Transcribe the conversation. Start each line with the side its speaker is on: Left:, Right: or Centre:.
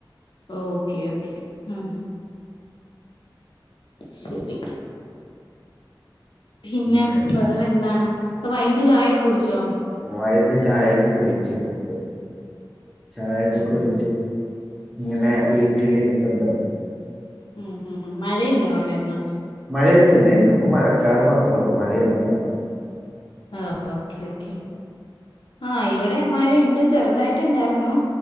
Left: ഓക്കെ ഓക്കെ ആ ശരി. പിന്നെ
Centre: ഉം.
Left: വേറെ എന്താണ് അപ്പ വൈകിട്ട് ചായ ഒക്കെ കുടിച്ചോ.?
Centre: വായിട്ട് ചായയൊക്കെ കുടിച്ചു. ! ചായൊക്കെ
Left: ഉം
Centre: കുടിച്ച്ു ഇങ്ങനെ വീട്ടിലിരിപ്പുണ്ട്.
Left: ഉം ഹ് ഹ് മഴയുണ്ടോ അവിടെന്ന.?
Centre: മഴയൊന്നുമല്ല ഇന്നിപ്പം മഴക്കാർ മാത്രള്ളൂ മഴയൊന്നുമല്ല.
Left: ആ ഓക്കെ ഓക്കെ ആ ഇവിടെ മഴയുണ്ട് ചെറുതായിട്ടുണ്ടായിരുന്നു